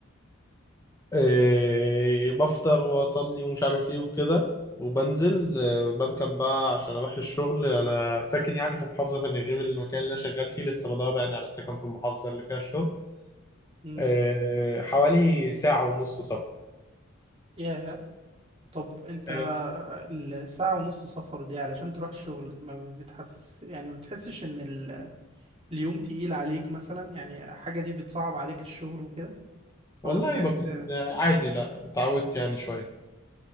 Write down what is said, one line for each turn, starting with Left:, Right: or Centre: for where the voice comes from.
Left: آه، بفطر واصلي ومش عارف ايه وكده وبنزل آه، بركب بقى عشان اروح الشغل انا ساكن يعني في محافظه تانية غير المكان اللي انا شغال فيه لسه بدور يعني على سكن في المحافظه اللي فيها الشغل
Right: مم.
Left: آه، حوالي ساعه ونص سفر
Right: ياه طب انت
Left: آه،
Right: الساعة ونص سفر دي علشان تروح الشغل ما بتحس يعني ما بتحسش ان ال... اليوم تقيل عليك مثلا يعني حاجة دي بتصعب عليك الشغل وكده ولا
Left: والله
Right: بتحس
Left: بكون عادي لا اتعودت يعني شوية